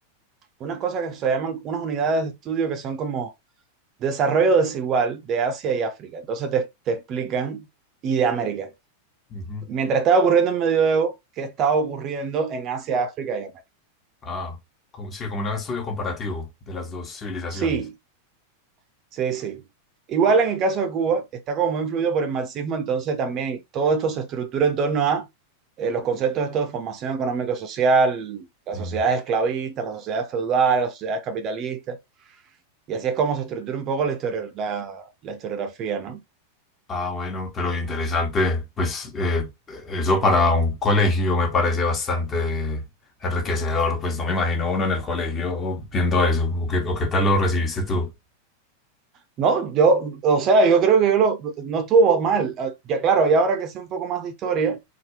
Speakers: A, on the right; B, on the left.
A: unas cosas que se llaman, unas unidades de estudio que son como desarrollo desigual de Asia y África. Entonces te, te explican, y de América.
B: Ujú.
A: Mientras estaba ocurriendo en medioevo, ¿qué estaba ocurriendo en Asia, África y América?
B: Ah, como, sí, como un estudio comparativo de las dos civilizaciones.
A: Sí, Sí, sí. Igual en el caso de Cuba, está como muy influido por el marxismo, entonces también todo esto se estructura en torno a eh, los conceptos estos de formación económico-social, las
B: Mm.
A: sociedades esclavistas, las sociedades feudales, las sociedades capitalistas, y así es como se estructura un poco la historia, la, la historiografía, ¿no?
B: Ah, bueno, pero interesante. Pues eh, eso para un colegio me parece bastante enriquecedor. Pues no me imagino uno en el colegio viendo eso. ¿O qué, o qué tal lo recibiste tú?
A: No, yo, o sea, yo creo que yo lo- no estuvo mal. Ah, Ya claro, y ahora que sé un poco más de historia